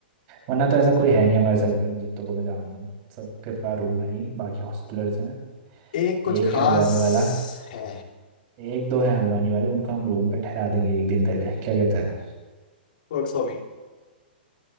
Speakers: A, on the right; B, on the left.
A: वरना तो ऐसा कोई है नहीं हमारे सर्कल में जितने को मैं जानता हूँ सबके पास रूम है ही बाकी हॉस्टलर्स हैं
B: एक कुछ
A: एक
B: खास
A: है हल्द्वानी वाला
B: है
A: एक दो हैं हल्द्वानी वाले उनको हम रूम पे ठहरा देंगे एक दिन पहले क्या कहता है
B: Works for me